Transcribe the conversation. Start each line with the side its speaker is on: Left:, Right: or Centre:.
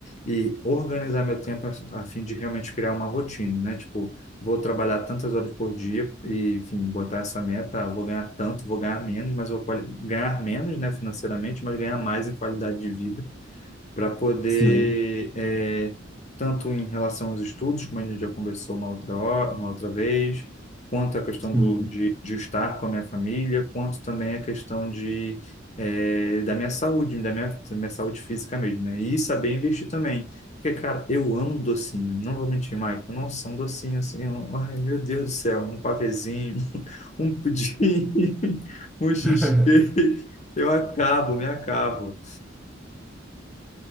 Left: E organizar meu tempo a, a fim de realmente criar uma rotina, né? Tipo, vou trabalhar tantas horas por dia e, enfim, botar essa meta, ah, vou ganhar tanto, vou ganhar menos, mas vou ganhar menos, né, financeiramente, mas ganhar mais em qualidade de vida para poder,
Centre: sim.
Left: é, tanto em relação aos estudos, como a gente já conversou uma outra hora, uma outra vez, quanto a questão
Centre: sim.
Left: do, de, de estar com a minha família, quanto também a questão de, é, da minha saúde, da minha, da minha saúde física mesmo, né? E saber investir também. Porque, cara, eu amo um docinho, não vou mentir, Maicon. Nossa, um docinho assim, um- ai meu Deus do céu, um pavezinho, <laughs> um pudim, <laughs> um cheesecake,
Centre: <laughs>
Left: eu acabo, me acabo.